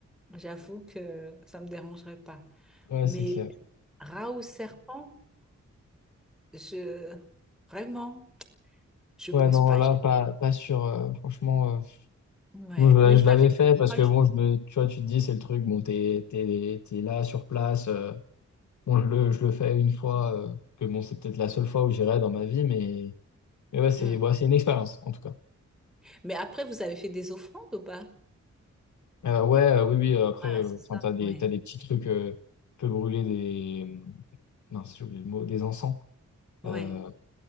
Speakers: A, in the centre; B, on the left.
A: J'avoue que ça me dérangerait pas.
B: Ouais,
A: Mais
B: c'est clair.
A: rat ou serpent, je. Vraiment, je pense
B: Ouais, non,
A: pas.
B: là, pas, pas sûr. euh, franchement, euh,
A: Ouais,
B: moi,
A: mais
B: je,
A: vous
B: je l'avais
A: avez
B: fait
A: fait
B: parce
A: trois
B: que,
A: jours.
B: bon, je me, tu vois, tu te dis, c'est le truc, bon, t'es, t'es, t'es là sur place. euh, Bon, je le, je le fais une fois, euh, que bon, c'est peut-être la seule fois où j'irai dans ma vie, mais, mais ouais, c'est
A: Hmm.
B: bon, c'est une expérience, en tout cas.
A: Mais après, vous avez fait des offrandes ou pas?
B: Euh, ouais, euh, oui, oui, euh, après,
A: Voilà, c'est
B: euh, enfin,
A: ça.
B: t'as des,
A: Ouais,
B: t'as des petits trucs, euh, tu peux brûler des, mince, j'ai oublié le mot, des encens.
A: ouais,
B: Euh,